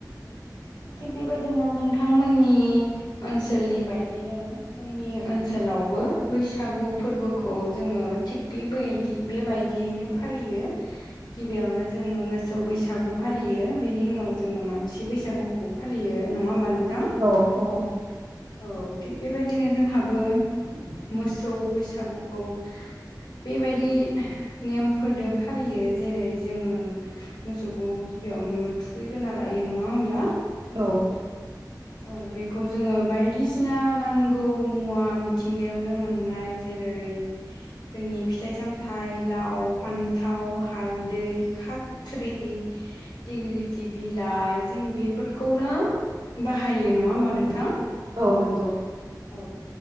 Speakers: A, on the left (about 80°); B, on the right (about 65°).
A: थिग बेबायदिनो नोंथांमोननि ओनसोलनि बायदिनो जोंनि ओनसोल लावबो बैसागु फोरबोखौ जोङो थिग बेबायदि बेबायदियैनो फालियो। गिबियावनो जोङो मोसौ बैसागु फालियो बेनि उनाव जोङो मानसि बैसागु खौ फालियो नङा होमबा नोंथां
B: औ औ
A: औ थिग बेबायदिनो जोंहाबो मोसौ बैसागुखौ बेबायदि नेमफोरदो फालियो जेरै जोङो मोसौखौ बेयावनो थुखैग्रोना लायो नङा होमब्ला?
B: औ।
A: औ बेखौ जोङो बायदिसिना नांगौ मुवा मिथिंगायावनो मोननाय जे जेरै। जोंनि फिथाइ सामथायाइ लाव फान्थाव हालदै खाथ्रि दिगलिलिथि बिलाइ जों बेफोरखौनो बाहायो नङा होमबा नोंथां?
B: औ नंगौ।
A: औ